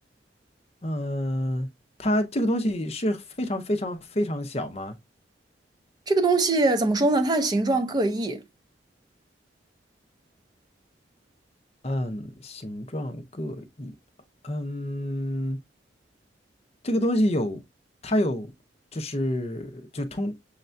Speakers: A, on the left; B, on the right.
A: 嗯，它这个东西是非常非常非常小吗？
B: 这个东西怎么说呢？它的形状各异。
A: 嗯，形状各异。嗯，这个东西有，它有，就是就通，